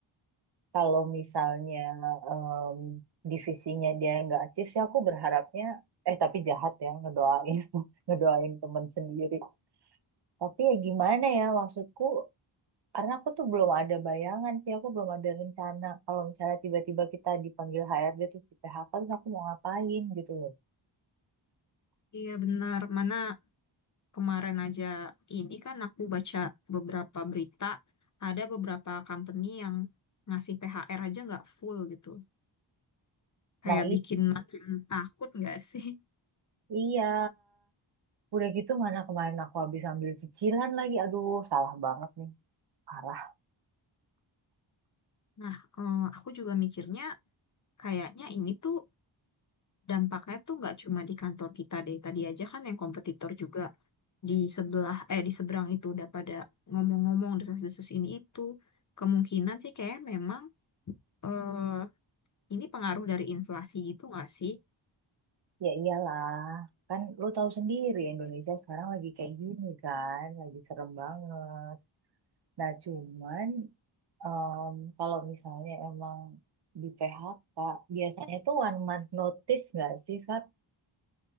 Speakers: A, on the right; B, on the left.
A: kalau misalnya em, divisinya dia nggak achieve sih aku berharapnya eh tapi jahat ya ngedoain <laughs> ngedoain temen sendiri tapi ya gimana ya maksudku karena aku tuh belum ada bayangan sih aku belum ada rencana kalau misalnya tiba-tiba kita dipanggil HRD terus di PHK terus aku mau ngapain gitu loh
B: Iya benar mana Kemarin aja ini kan aku baca beberapa berita, ada beberapa company yang ngasih THR aja nggak full gitu. Kayak
A: nah itu
B: bikin makin takut nggak sih? <laughs>
A: iya udah gitu mana kemarin aku habis ambil cicilan lagi aduh salah banget nih parah
B: Nah, eh, aku juga mikirnya kayaknya ini tuh dampaknya tuh nggak cuma di kantor kita deh. Tadi aja kan yang kompetitor juga di sebelah, eh di seberang itu udah pada ngomong-ngomong desas-desus ini itu. Kemungkinan sih kayak memang eh, ini pengaruh dari inflasi gitu nggak sih?
A: Ya iyalah, kan lo tahu sendiri Indonesia sekarang lagi kayak gini kan, lagi serem banget. Nah cuman em, kalau misalnya emang di PHK, biasanya tuh one month notice nggak sih, Fat?